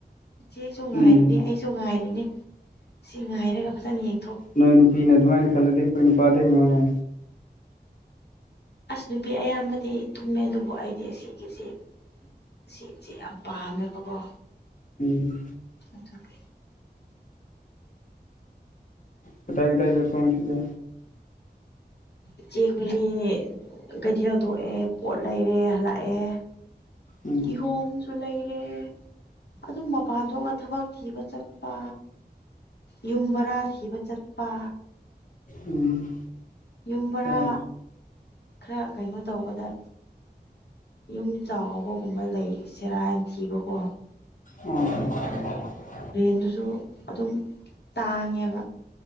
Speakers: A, on the left; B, on the left.
A: ꯏꯆꯦꯁꯨ ꯉꯥꯏꯔꯤꯅꯦ
B: ꯎꯝ
A: ꯑꯩꯁꯨ ꯉꯥꯏꯔꯤꯅꯦ ꯁꯤ ꯉꯥꯏꯔꯒ ꯐꯖꯅ ꯌꯦꯡꯒꯦ
B: ꯅꯣꯏ ꯅꯨꯄꯤꯅ ꯑꯗꯨꯃꯥꯏꯅ ꯈꯜꯂꯗꯤ ꯑꯩꯈꯣꯏ ꯅꯨꯄꯥꯗꯩ ꯏꯉꯅꯦ
A: ꯑꯁ ꯅꯨꯄꯤ ꯑꯌꯥꯝꯕꯗꯤ ꯇꯨꯝꯃꯦ ꯑꯗꯨꯕꯨ ꯑꯩꯗꯤ ꯁꯤꯒꯤꯁꯤ ꯁꯤꯁꯦ ꯌꯥꯝ ꯄꯥꯝꯃꯦꯕꯀꯣ
B: ꯎꯝ
A: ꯑꯗꯨꯒꯤ
B: ꯀꯗꯥꯥꯏ ꯀꯗ ꯆꯠ ꯀꯁꯤꯗ
A: ꯏꯆꯦ ꯍꯨꯅꯤ ꯀꯩꯊꯦꯜ ꯊꯣꯛꯑꯦ ꯄꯣꯠ ꯂꯩꯔꯦ ꯍꯂꯛꯑꯦ
B: ꯎꯝ
A: ꯀꯤꯍꯣꯝ ꯁꯨ ꯂꯩꯔꯦ ꯑꯗꯨꯝ ꯃꯄꯥꯟ ꯊꯣꯛꯑꯒ ꯊꯕꯛ ꯊꯤꯕ ꯆꯠꯄ ꯌꯨꯝ ꯕꯔꯥ ꯊꯤꯕ ꯆꯠꯄ
B: ꯎꯝ
A: ꯌꯨꯝꯕꯔꯥ
B: ꯑꯥ
A: ꯈꯔ ꯀꯩꯅꯣ ꯇꯧꯕꯗ ꯌꯨꯝ ꯆꯥꯎꯕꯒꯨꯝꯕ ꯂꯩꯁꯤꯔꯥꯅꯊꯤꯕꯀꯣ
B: ꯎꯝ
A: ꯔꯦꯟꯗꯨꯁꯨ ꯑꯗꯨꯝ ꯇꯥꯡꯉꯦꯕ